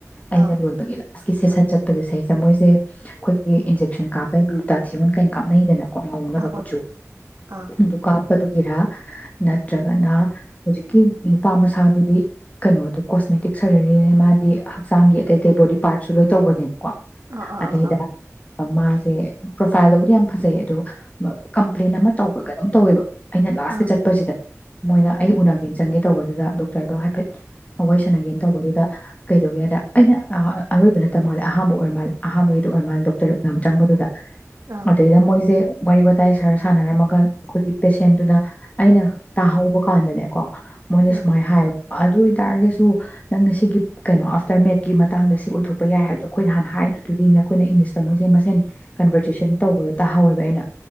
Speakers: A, on the left; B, on the right.
A: ꯑꯩꯅ
B: ꯑꯥ
A: ꯂꯣꯏꯕꯒꯤꯗ ꯀ꯭ꯂꯥꯁꯀꯤ ꯁꯦꯁꯟ ꯆꯠꯄꯁꯦ ꯁꯩꯁꯦ ꯃꯣꯏꯁꯦ ꯑꯩꯈꯣꯏꯒꯤ ꯏꯟꯖꯦꯛꯁꯟ ꯀꯥꯞꯄꯩ ꯒ꯭ꯂꯨꯇꯥꯊꯤꯌꯟ ꯀꯥꯏ ꯀꯥꯞꯅꯩꯗꯅ ꯀꯣ ꯉꯧꯅꯕ
B: ꯑꯍꯣꯏ
A: ꯀꯨꯠꯆꯨ
B: ꯑꯥ
A: ꯑꯗꯨꯒ ꯃꯗꯨꯒꯤꯔꯥ ꯅꯠꯇ꯭ꯔꯒꯅ ꯍꯧꯖꯤꯛꯀꯤ ꯅꯨꯄꯥ ꯃꯁꯥꯗꯨꯗꯤ ꯀꯩꯅꯣꯗꯨ ꯀꯣꯁꯃꯦꯇꯤꯛ ꯁꯔꯖꯔꯤꯅ ꯃꯥꯗꯤ ꯍꯛꯆꯥꯡꯒꯤ ꯑꯇꯩ ꯑꯇꯩ ꯕꯣꯗꯤ ꯄꯥꯔꯠꯁꯨ ꯂꯣꯏ ꯇꯧꯕꯅꯤ ꯀꯣ
B: ꯑꯥ
A: ꯑꯗꯩꯗ
B: ꯑꯥ ꯑꯥ
A: ꯃꯥꯁꯦ ꯄ꯭ꯔꯣꯐꯥꯏꯜꯗꯕꯨꯗꯤ ꯌꯥꯝ ꯐꯖꯩ ꯑꯗꯣ ꯀꯝꯄ꯭ꯂꯦꯟ ꯑꯃ ꯇꯧꯕ꯭ꯔ ꯀꯩꯅꯣꯝ ꯇꯧꯋꯦꯕ ꯑꯩꯅ
B: ꯑꯥ
A: ꯂꯥꯁꯀꯤ
B: ꯑꯥ ꯑꯥ
A: ꯆꯠꯄꯁꯤꯗ ꯃꯣꯏꯅ ꯑꯩ ꯎꯅ ꯆꯪꯒꯦ ꯇꯧꯕꯗꯨꯗ ꯗꯣꯛꯇꯔꯗꯣ ꯍꯥꯏꯐꯦꯠ ꯋꯥꯔꯤ ꯁꯥꯟꯅꯒꯦꯅ ꯇꯧꯕꯗꯨꯗ ꯀꯩꯗꯧꯒꯦꯗ ꯑꯩꯅ ꯑꯔꯣꯏꯕ ꯅꯠꯇ ꯃꯥꯜꯂꯦ ꯑꯍꯥꯟꯕ ꯑꯣꯏꯔ ꯃꯥꯜꯂꯦ ꯑꯍꯥꯥꯟꯕꯒꯤꯗꯣ ꯑꯣꯏꯔ ꯃꯥꯜꯂꯦ ꯗꯣꯛꯇꯔ ꯎꯅꯕ ꯆꯪꯕꯗꯨꯗ
B: ꯑꯥ
A: ꯑꯗꯩꯗ ꯃꯣꯏꯁꯦ ꯋꯥꯔꯤ ꯋꯥꯇꯥꯏ ꯁꯥꯔ ꯁꯥꯟꯅꯔꯝꯃꯒ ꯑꯩꯈꯣꯏꯒꯤ ꯄꯦꯁꯦꯟꯗꯨꯅ ꯑꯩꯅ ꯇꯥꯍꯧꯕ ꯀꯥꯟꯗꯅꯦꯀꯣ ꯃꯣꯏꯅ
B: ꯎꯝ
A: ꯁꯨꯃꯥꯏꯅ ꯍꯥꯏꯕ ꯑꯗꯨ ꯑꯣꯏꯇꯥꯔꯒꯁꯨ ꯁꯨ ꯅꯪꯅ ꯁꯤꯒꯤ ꯀꯩꯅꯣ ꯑꯥꯐꯇꯔ ꯃꯦꯠꯀꯤ ꯃꯇꯥꯡꯗ ꯁꯤ ꯑꯣꯏꯊꯣꯛꯄ ꯌꯥꯏ ꯍꯥꯏꯕꯗꯣ ꯑꯩꯈꯣꯏꯗ ꯍꯥꯟꯅ ꯍꯥꯏꯗꯨꯗꯤ ꯅꯈꯣꯏꯅ ꯏꯪꯂꯤꯁꯇ ꯃꯣꯏꯁꯦ ꯃꯁꯦꯟ ꯀꯟꯚꯔꯖꯦꯁꯟ ꯇꯧꯕꯗꯣ ꯇꯥꯍꯧꯋꯦꯕ ꯑꯩꯅ